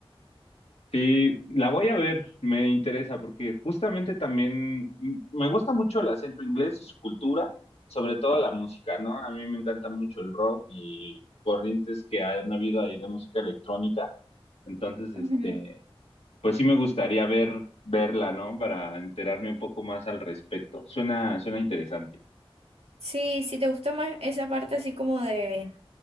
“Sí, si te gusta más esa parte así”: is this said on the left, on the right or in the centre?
Right